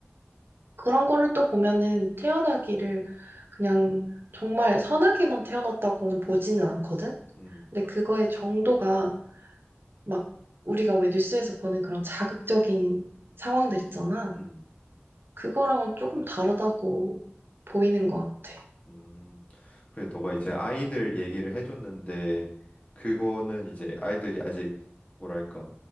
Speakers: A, on the right; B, on the left.
A: 그런 거를 또 보면은 태어나기를 그냥 정말 선하게만 태어났다고는 보지는 않거든?
B: 음,
A: 근데 그거의 정도가 막 우리가 왜 뉴스에서 보는 그런 자극적인 상황들 있잖아.
B: 음,
A: 그거랑은 조금 다르다고 보이는 것 같아.
B: 음. 그래, 너가 이제 아이들 얘기를 해줬는데 그거는 이제 아이들이 아직 뭐랄까